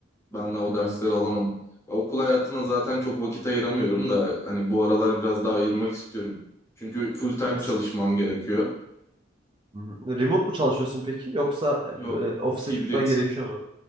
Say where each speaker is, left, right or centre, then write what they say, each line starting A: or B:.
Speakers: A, on the left; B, on the right.
A: Ben de o
B: Hmm.
A: dersleri alamadım. Okul hayatına zaten çok vakit ayıramıyorum da hani bu aralar biraz daha ayırmak istiyorum. Çünkü full time
B: As-
A: çalışmam gerekiyor.
B: Hı hı. Remote mu çalışıyorsun peki? Yoksa
A: Yok,
B: e, böyle ofise
A: hibrit.
B: gitmen gerekiyor mu?